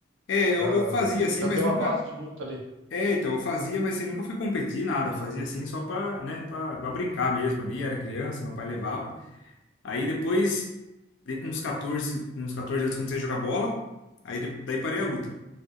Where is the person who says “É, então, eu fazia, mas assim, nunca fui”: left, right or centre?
Left